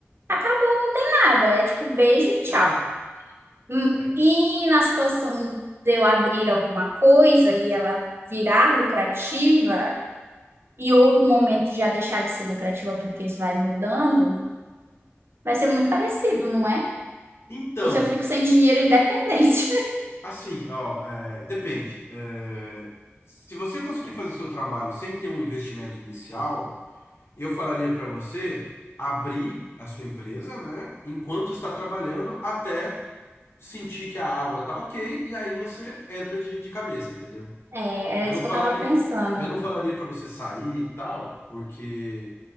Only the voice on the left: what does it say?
É,
é.
Então,
assim, ó, é, depende. É, se você conseguir fazer seu trabalho sem ter um investimento inicial, eu falaria pra você abrir a sua empresa, né, enquanto está trabalhando, até sentir que a água tá ok, e aí você entra de, de cabeça, entendeu?
Eu
não
falaria,
eu não falaria para você sair e tal, porque